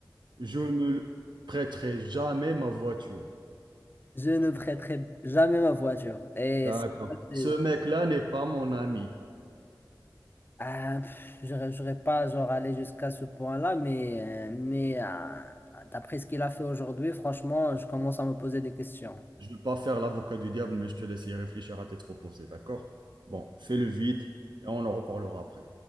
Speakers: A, on the right; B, on the left.
A: Je ne prêterai jamais ma voiture.
B: Je ne prêterai jamais ma voiture. Et
A: D'accord.
B: c'est- c'est-
A: Ce mec-là n'est pas mon ami.
B: ah, pff, j'aurais j'aurais pas genre allé jusqu'à ce point-là, mais, euh, mais euh, d'après ce qu'il a fait aujourd'hui, franchement, je commence à me poser des questions.
A: Je ne veux pas faire l'avocat du diable, mais je te laisse y réfléchir à tête reposée, d'accord? Bon, fais le vide et on en reparlera après.